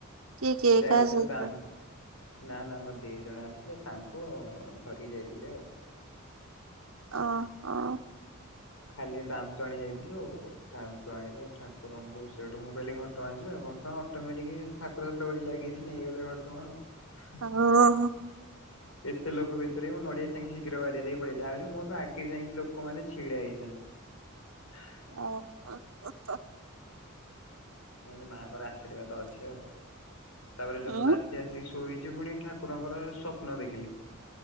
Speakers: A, on the right; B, on the left.
A: କିଏ କିଏ
B: ଯାଇଥିଲୁ
A: କାହା ସହିତ?
B: ଦାମ୍। ନା ନା ମୋ ଦେଈ ଜଣେ ଆସିଲେ ତାଙ୍କୁ ଧରିକି ଯାଇଥିଲି ଆଉ।
A: ଓହୋଃ।
B: ଖାଲି ଦାନ୍ତୁଆଣୀ ଯାଇଥିଲୁ, ଦାନ୍ତୁଆଣୀରୁ ଠାକୁରଙ୍କୁ ସେଇଠୁ ମୁଁ କହିଲି ଘଟଗାଁ ଯିବା ଘଟଗାଁ ଅଟୋମେଟିକ୍ ଠାକୁରଙ୍କର ଡୋରି ଲାଗିଛି ନେଇଗଲେ ଘଟଗାଁ ଆଉ।
A: ଓହୋଃ।
B: ଏତେ ଲୋକ ଭିତରେ ମୁଁ ନଡିଆ ସାଇଁ ଶୀଘ୍ର ବାଡେଇ ଦେଇ ପଳେଇ ଆଇଲି ଆହୁରି ମୋଠୁ ଆଗେ ଯାଇକି ଲୋକମାନେେ ଛିଡା ହେଇଛନ୍ତି। ହେଁ।
A: ଓହୋଃ ହୋ ହୋ।
B: ମୁଁ କହିଲେ ମାଆଙ୍କର ଆଶୀର୍ବାଦ ଅଛି ଆଉ ତାପରେ ଯୋଉନ୍
A: ଉଁ
B: ରାତି ଆସି ଶୋଇଛି ପୁଣି ଠାକ୍ ଠାକୁରଙ୍କର ସ୍ୱପ୍ନ ଦେଖିଲି।